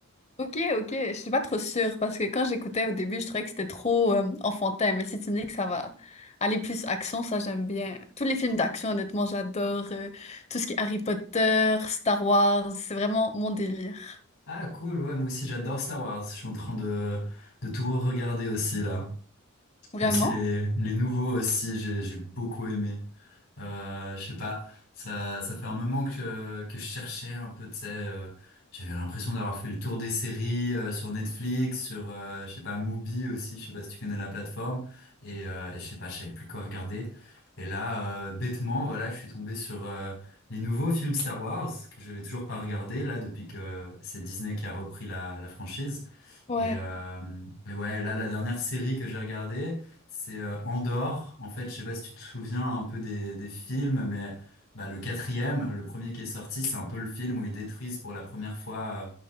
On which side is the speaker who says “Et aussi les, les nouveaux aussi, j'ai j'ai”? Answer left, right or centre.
Left